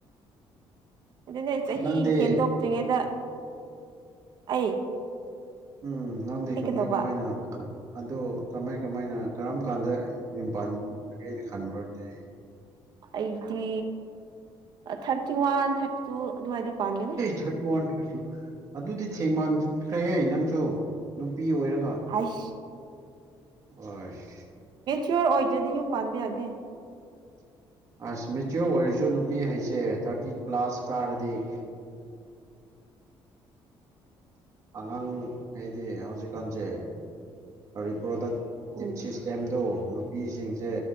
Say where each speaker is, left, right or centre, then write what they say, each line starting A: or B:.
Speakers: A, on the right; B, on the right.
A: ꯑꯗꯨꯅꯦ ꯆꯍꯤ
B: ꯅꯪꯗꯤ
A: ꯍꯦꯟꯗꯣꯛꯇ꯭ꯔꯤꯉꯩꯗ ꯑꯩ
B: ꯎꯝ ꯉꯝꯗꯤ
A: ꯑꯩ
B: ꯀꯃꯥꯏ
A: ꯀꯩꯗꯧꯕ
B: ꯀꯃꯥꯏꯅꯗ ꯑꯗꯣ ꯀꯃꯥꯏ ꯀꯃꯥꯏꯅ ꯀꯔꯝ ꯀꯥꯟꯗ ꯌꯨꯝ ꯄꯥꯟꯒꯦꯅ ꯈꯟꯕ꯭ꯔꯗꯤ
A: eighty thirty one thirty two ꯑꯗꯨꯃꯥꯏꯅ ꯄꯥꯟꯒꯅꯤ
B: ꯊꯥꯔꯇꯤ ꯋꯥꯟ ꯊꯥꯔꯇꯤ ꯑꯗꯨꯗꯤ ꯊꯦꯡꯃꯥꯟꯈ꯭ꯔꯦꯍꯦ ꯅꯪꯁꯨ ꯅꯨꯄꯤ ꯑꯣꯏꯔꯒ
A: ꯍꯥꯏꯁ
B: ꯑꯁ
A: ꯄꯣꯔ ꯑꯣꯏꯖꯗꯤ ꯌꯨꯝ ꯄꯥꯟꯕ ꯌꯥꯗꯦ
B: ꯑꯁ ꯃꯦꯆꯌꯣꯔ ꯑꯣꯏꯔꯁꯨ ꯅꯨꯄꯤ ꯍꯥꯏꯩꯁꯦ ꯊꯥꯔꯇꯤ ꯄ꯭ꯂꯥꯁ ꯀꯔꯗꯛ ꯑꯉꯥꯡ ꯍꯥꯏꯗꯤ ꯍꯧꯖꯤꯛꯀꯥꯟꯁꯦ ꯔꯤꯄ꯭ꯔꯣꯗ
A: ꯎꯝ
B: ꯇꯤꯞ ꯁꯤꯁꯇꯦꯝꯗ ꯅꯨꯄꯤꯁꯤꯡꯁꯦ